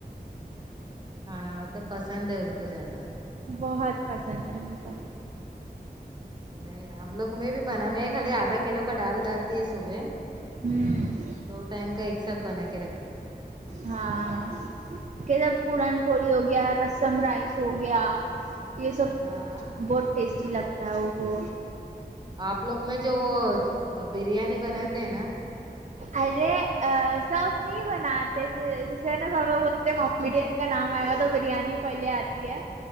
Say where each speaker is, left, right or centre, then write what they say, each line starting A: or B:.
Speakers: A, on the right; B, on the right.
A: ہاں مطلب پسند ہے ان کو زیادہ
B: بہت پسند ہے ان کو
A: نہیں ہم لوگ میں بھی بنا نے خالی آدھا کلو کا ڈال ڈالتی ہے صبح
B: ہمم
A: دو ٹائم کا ایک ساتھ بنا کے رکھتی ہے
B: ہاں کہ جب پورن پڑی ہو گیا رسم رائس ہو گیا یے سب
A: ہاں
B: بہت ٹیسٹی لگتا ہے وہ
A: آپ لوگ میں جو وہ بریانی بناتے ہیں نا
B: ارے آ سب نہیں بناتے جیسے نہ پرابلم ہوت کامیڈین کا نام آئے گا تو بریانی پہلے آتی ہے